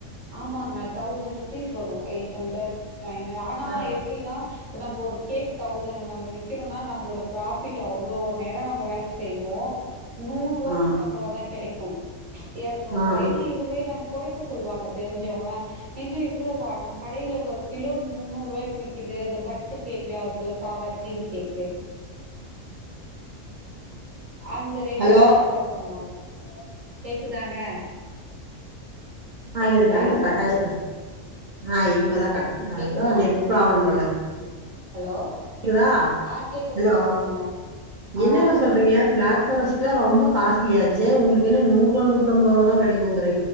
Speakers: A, on the right; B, on the right.
A: ஆமாங்க தௌசண்ட் ருபீஸ் வரு எயிட் ஹண்ட்ரட் நயன் ஆனா
B: ஆ
A: எப்டின்னா இப்ப நம்ப ஒரு கேக் தௌசனுக்கு நம்ம விக்கிறோனா நம்ளோட ப்ராபிட் அவ்ளோ நேரம் நம்ம வேல செய்வோ நூருவா
B: ஆ
A: நூத்தம்பதுவா தான் கெடைக்கு எரநூரூவா
B: ஆ
A: ஏன்னா இதுவே நமக்கு கொறைக்க சொல்வாங்க தெரிஞ்சவங்க என்ன இவ்ளோவா நம் கடைல எவ கிலோ முன்னூறு ரூபாய்க்கு விக்குது கு அந்த பட்டு கேக்லா இருக்கு இல்ல சாதா க்ரீம் கேக்கு அந்த ரேட்டுக்கு
B: ஹலோ
A: கம்பேர் பண்ணுவாங்க கேக்குதாங்க
B: <unintelligible>
A: கேக்குதா
B: நடுவுல கட்டாய்ருச்சுங்க ஆ இப்பதா கட் அ
A: கேக்குதா
B: எதோ நெட் ப்ராப்ளம் போல
A: ஹலோ
B: க்குதா
A: ஆ கேக்குது
B: ஹலோ
A: கேக்குதுங்க
B: என்னங்க
A: ஆ
B: சொல்றீங்க பிளாக் பாரஸ்ட்ல ரொம்ப காஸ்ட்லியாச்செ உங்களுக்கென்ன நூரூபா நூத்தம்பது ரூபா கெடைக்குங்